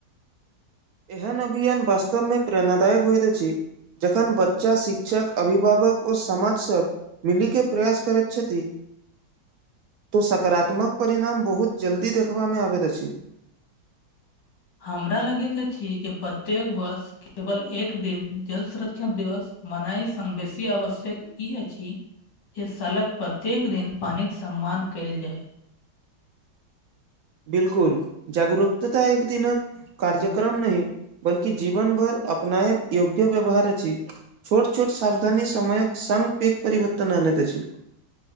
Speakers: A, on the right; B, on the left.
A: एहन अभियान वास्तव मे प्रेरणादायक होइत अछि जखन बच्चा शिक्षक अभिभावक ओर समाज सब मिली के प्रयास करैत छथि तो सकारात्मक परिणाम बहुत जल्दी देखबामे आबैत अछि
B: हमरा लगेत अछि जे प्रत्येक वर्ष केवल एक दिन जल संरक्षण दिवस मनाय स बेसी आवश्यक ई अछि जे सालक प्रत्येक दिन पानिक सम्मान कयल जाय
A: बिलकुल जागरूकताता एक दिनक कार्यक्रम नहि बल्कि जीवन भर अपनायब योग्य व्यवहार अछि छोट छोट साावधानी समयक संघ पेेघ परिवर्तन आनैत अछि